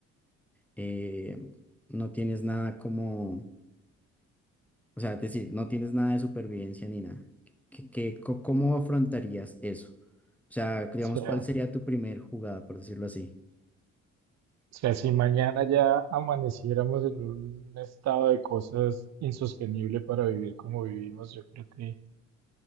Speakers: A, in the centre; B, on the right (about 60°).
A: eh, no tienes nada como, o sea, es decir, no tienes nada de supervivencia ni nada. ¿Qué, qué- co- cómo afrontarías eso? O sea, digamos,
B: O sea,
A: ¿cuál
B: o
A: sería tu primer jugada, por decirlo así?
B: sea, si mañana ya amaneciéramos en un estado de cosas insostenible para vivir como vivimos, yo creo que